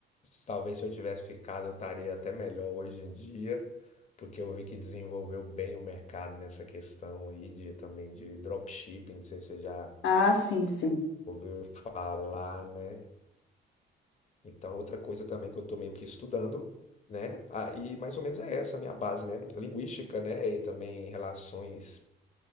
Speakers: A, on the left; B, on the left.
A: Talvez se eu tivesse ficado, eu estaria até melhor hoje em dia, porque eu vi que desenvolveu bem o mercado nessa questão aí de também de dropshipping, não sei se você já
B: Ah, sim, sim.
A: ouviu falar, né? Então, outra coisa também que eu tô meio que estudando, né? Aí, mais ou menos é essa a minha base, né? Linguística, né? E também relações